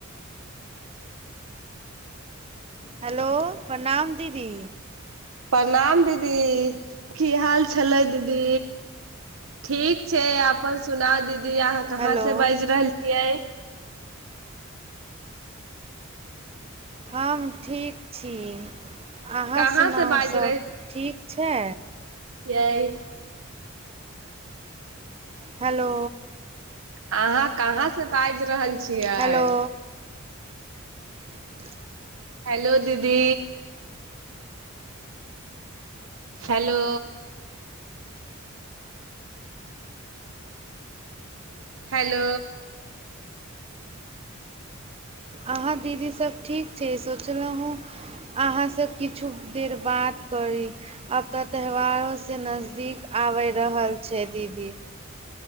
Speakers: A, on the right; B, on the right.
A: hello प्रणाम दीदी
B: प्रणाम दीदी की हाल छलै दीदी ठीक छै अपन सुना दीदी अहाँ कहाँ
A: हेलो
B: से बाजि रहल छियै
A: हम ठीक छी अहाँ
B: कहाँ
A: सुनाउ
B: से बाजि
A: सभ ठीक छै
B: तह
A: हेलो
B: अहाँ कहाँ से बाजि रहल छी छियइ
A: हेलो <unintelligible>
B: हेलो दीदी हेलो हेलो
A: आह दीदी सब ठीक छै पचलहुँ हँ अहाँसँ किछु देर बात करी आब तऽ त्यौहारोसँ नजदीक आबि रहल छै दीदी